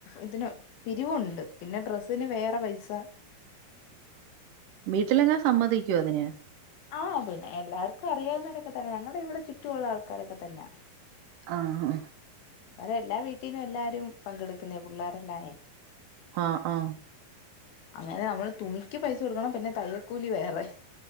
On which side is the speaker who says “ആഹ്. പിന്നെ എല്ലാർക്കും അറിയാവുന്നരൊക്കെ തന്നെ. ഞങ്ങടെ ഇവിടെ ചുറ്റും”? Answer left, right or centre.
Left